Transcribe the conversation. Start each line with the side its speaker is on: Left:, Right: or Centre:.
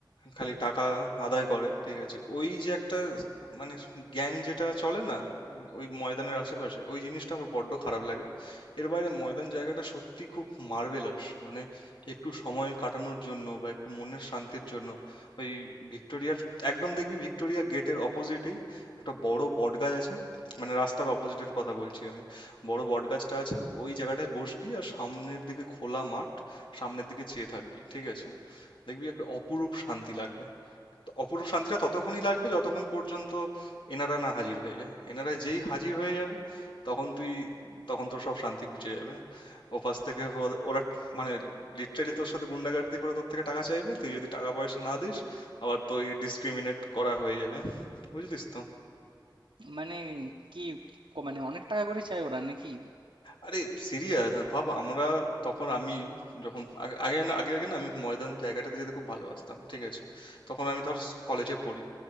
Left: খালি টাকা আদায় করে ঠিক আছে ওই যে একটা মানে গ্যাং যেটা চলে না ওই ময়দানের আশেপাশে ওই জিনিসটা আমার বড্ড খারাপ লাগে এর বাইরে ময়দান জায়গাটা সত্যি খুব মার্ভেলাস মানে একটু সময় কাটানোর জন্য বা একটু মনের শান্তির জন্য ওই ভিক্টোরিয়ার একদম দেখবি ভিক্টোরিয়া গেটের অপোজিটেই একটা বড় বটগাছ আছে মানে রাস্তার অপোজিটের কথা বলছি আমি বড় বটগাছটা আছে ওই জায়গাটায় বসবি আর সামনের দিকে খোলা মাঠ সামনের দিকে চেয়ে থাকবি ঠিক আছে দেখবি একটা অপরূপ শান্তি লাগবে অপরূপ শান্তিটা ততক্ষণই লাগবে যতক্ষণ পর্যন্ত এনারা না হাজির হয়ে যায় এনারা যেই হাজির হয়ে যাবে তখন তুই তখন তোর সব শান্তি ঘুচে যাবে ওপাশ থেকে ও- ওরা মানে লিটারালি তোর সাথে গুন্ডাগার্দি করে তোর থেকে টাকা চাইবে তুই যদি টাকা পয়সা না দিস আবার তুই ডিসক্রিমিনেট করা হয়ে যাবে বুঝলিস তো
Right: মানে কি ক- মানে অনেক টাকা করে চায় ওরা নাকি
Left: আরে সিরিয়াস ভাব আমরা তখন আমি যখন আগে আগে না- আগে আগে না আমি ময়দান জায়গাটাতে যেতে খুব ভালোবাসতাম ঠিক আছে তখন আমি ধর কলেজে পড়ি